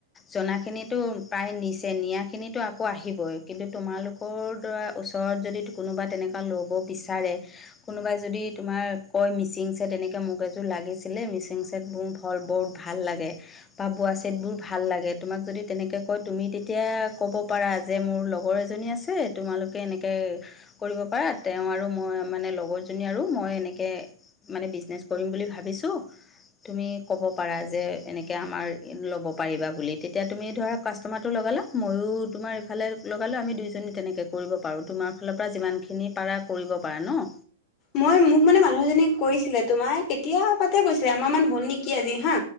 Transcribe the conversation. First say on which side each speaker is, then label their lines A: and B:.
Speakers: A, on the left (about 20°); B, on the left (about 35°).
A: জনা‌ খিনিয়েটো প্ৰায় নিছে সেইখিনিতো আকৌ আহিবই কিন্তু তোমালোকৰ দাৰ ওচৰত যদি কোনোবা তেনেকুৱা ল'ব বিচ পাৰে, কোনোবাই যদি তোমাৰ কয় মিচিং ছেট এনেকৈ মোক এযোৰ লাগিছিলে মিচিং ছেটবোৰ ভৰ ভাল লাগে বা বোৱা ছেটবোৰ ভাল লাগে তোমাক যদি তেনেকে কয় তুমি তেতিয়া ক'ব পাৰা যে, মোৰ লগৰ এজনী আছে তোমালোকে এনেকে কৰিব পাৰা তেওঁৰ আৰু, মই মানে লগৰজনী আৰু মই এনেকে মানে বিজনেছ কৰিম বুলি ভাবিছোঁ তুমি ক'ব পাৰা যে এনেকে আমাৰ লব পাৰিবা বুলি, তেতিয়া তুমি ধৰা কাস্তমা লগালা, ময়ো তোমাৰ ইফালে লগালো, আমি দুইজনী তেনেকৈ কৰিব পাৰোঁ। তোমাৰ ফালৰ পৰা যিমানখিনি পাৰা কৰিব পাৰা ন?
B: মই মোক মানে মানুহ এজনীক কৈছিলে তোমাৰ কেতিয়াবাতে কৈছিলে, এমাহ মান হ'ল নেকি আজি হা।